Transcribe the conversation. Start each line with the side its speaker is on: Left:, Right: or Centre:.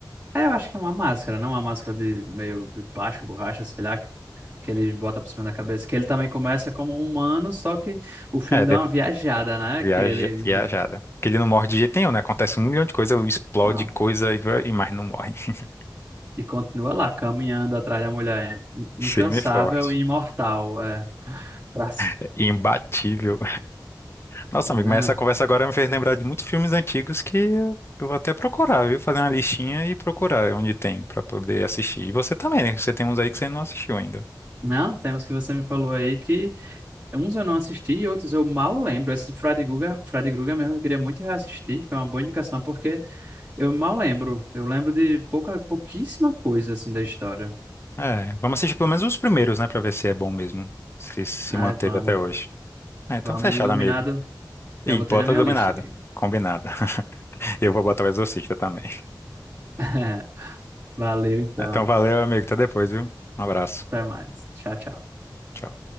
Right: É, eu acho que é uma máscara, não uma máscara de meio de plástico, borracha, sei lá, que ele bota por cima da cabeça. Que ele também começa como um humano, só que o filme
Left: É,
Right: dá
Left: depois,
Right: uma viajada, né?
Left: viaja,
Right: Que ele.
Left: viajada. Porque ele não morre de jeito nenhum, né? Acontece um milhão de coisas, explode
Right: Não.
Left: coisa, e mas não morre. <laughs>
Right: E continua lá, caminhando atrás da mulher. In- Incansável
Left: Firme e forte.
Right: e imortal. É. Pra-
Left: É Imbatível. Nossa,
Right: Não.
Left: amigo, mas essa conversa agora me fez lembrar de muitos filmes antigos que eu vou até procurar, viu? Fazer uma listinha e procurar onde tem pra poder assistir. E você também, né? Você tem uns aí que você não assistiu ainda.
Right: Não, tem que você me falou aí que uns eu não assisti e outros eu mal lembro. Esse do Fred Guga, Fred Guga mesmo eu queria muito reassistir, foi uma boa indicação, porque eu mal lembro. Eu lembro de pouca, pouquíssima coisa assim da história.
Left: É, vamos assistir pelo menos os primeiros, né? Pra ver se é bom mesmo. Se se
Right: Ai,
Left: manteve
Right: vamos,
Left: até hoje. Ah, então
Right: vamos,
Left: fechado,
Right: Iluminado.
Left: amigo.
Right: Já
Left: E
Right: botei
Left: bota
Right: na minha
Left: dominado.
Right: lista aqui.
Left: Combinado. <laughs> Eu vou botar o Exorcista também.
Right: <laughs> Valeu então.
Left: Então valeu, amigo. Até depois, viu? Um abraço.
Right: Até mais. Tchau, tchau.
Left: Tchau.